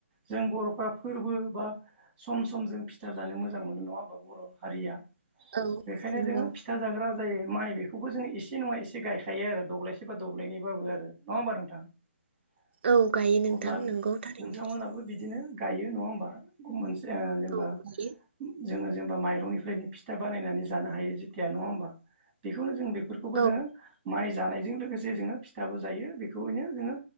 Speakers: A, on the right (about 20°); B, on the right (about 50°).
A: जों बर'फ्रा फोरबो बा सम सम जों फिथा जानो मोजां मोनो नङा होमबा बर' हारिया
B: औ
A: बेखायनो
B: नंगौ
A: जोङो फिथा जाग्रा जायो माइ बेखौबो जोंङो एसे नङा एसे गायखायो आरो दब्लाय सोरबा दब्लायनायबाबो नङा होमबा नोंथां अब्ला
B: औ गायो नोंथां नंगौ थारैनो
A: नोंथांमोनाबो बिदिनो थायो नङा होमबा मोनसे ओ जेनेबा
B: औ गायो
A: जोङो जेनेबा माइरंनिफ्रायनो फिथा बानायनानै जानो हायो जेथिया नङा होमबा? बेखौनो जों बेफोरखौबो
B: औ
A: जोङो माइ जानायजों लोगोसे जोङो फिथाबो जायो बेखौैनो जोङो।